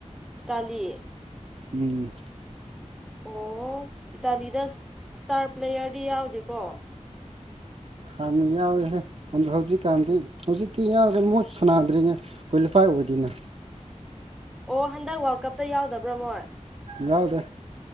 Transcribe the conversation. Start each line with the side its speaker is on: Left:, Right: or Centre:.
Centre: ꯏꯇꯥꯂꯤ
Right: ꯎꯝ
Centre: ꯑꯣ ꯏꯇꯥꯂꯤꯗ ꯏꯁꯇꯥꯔ ꯄ꯭ꯂꯦꯌꯔꯗꯤ ꯌꯥꯎꯗꯦꯀꯣ
Right: ꯍꯥꯟꯅ ꯌꯥꯎꯋꯦꯍꯦ ꯑꯣ ꯍꯧꯖꯤꯛꯀꯥꯟꯗꯤ ꯍꯧꯖꯤꯛꯇꯤ ꯌꯥꯎꯗ꯭ꯔꯦ ꯃꯣꯏꯠ ꯁꯥꯟꯅꯥꯗ꯭ꯔꯤꯉꯩ ꯀ꯭ꯋꯥꯂꯤꯐꯥꯏ ꯑꯣꯏꯗꯣꯏꯅ
Centre: ꯑꯣ ꯍꯟꯗꯛ ꯋꯥꯔꯜ ꯀꯞꯇ ꯌꯥꯎꯗꯕ꯭ꯔꯃꯣꯏ
Right: ꯌꯥꯎꯗꯦ